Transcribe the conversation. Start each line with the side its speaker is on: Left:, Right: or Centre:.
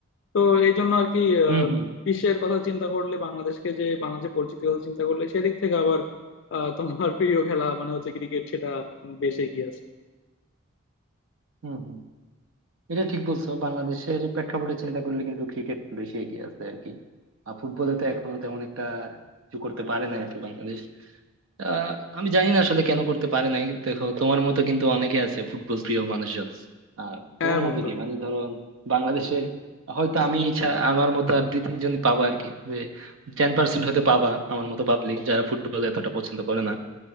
Left: তো এই জন্য আর কি আহ,
Right: হুম হুম
Left: বিশ্বের কথা চিন্তা করলে বাংলাদেশকে যে বাংলাদেশের পরিচিতি কথা চিন্তা করলে সেদিক থেকে আবার আহ, তোমার প্রিয় খেলা মানে হচ্ছে ক্রিকেট সেটা বেশ এগিয়ে আছে
Right: হুম হুম এটা ঠিক বলছো বাংলাদেশের প্রেক্ষাপটে চিন্তা করলে কিন্তু ক্রিকেট বেশি এগিয়ে আছে আর কি আর ফুটবলে তো এখনো তেমন একটা কিছু করতে পারে না আর কি বাংলাদেশ আহ আমি জানি না আসলে কেন করতে পারে নাই দেখো তোমার মতো কিন্তু অনেকে আছে ফুটবল প্রিয় মানুষজন আর
Left: হ্যাঁ
Right: তোমার
Left: বন্ধু
Right: মতো কি মানে ধরো বাংলাদেশের হয়তো আমি ছা- আমার মতো আর দুই তিনজন পাবা আর কি যে টেন পার্সেন্ট হতে পাবা আমার মতো পাবলিক যারা ফুটবল এতটা পছন্দ করে না